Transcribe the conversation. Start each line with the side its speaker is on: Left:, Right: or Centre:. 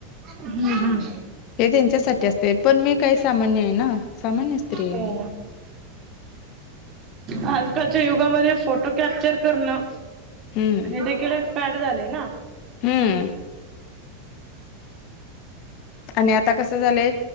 Right: हम्म, हम्म.
Left: हे त्यांच्यासाठी असते पण मी काही सामान्य आहे ना सामान्य स्त्री आहे
Right: हो
Left: मी.
Right: आज कालच्या युगामध्ये फोटो कॅप्चर करणं
Left: हम्म
Right: हे देखील पॅड झालय ना.
Left: हम्म आणि आता कसं झालंय